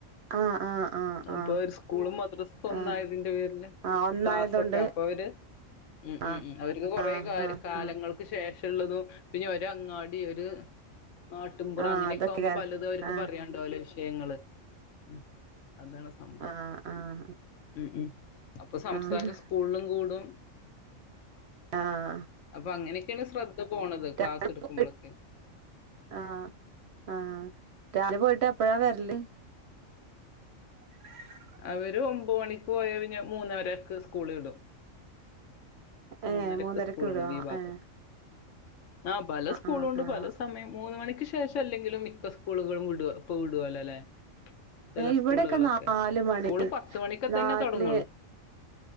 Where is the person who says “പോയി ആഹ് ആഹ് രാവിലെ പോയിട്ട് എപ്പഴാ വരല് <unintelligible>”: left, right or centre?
Right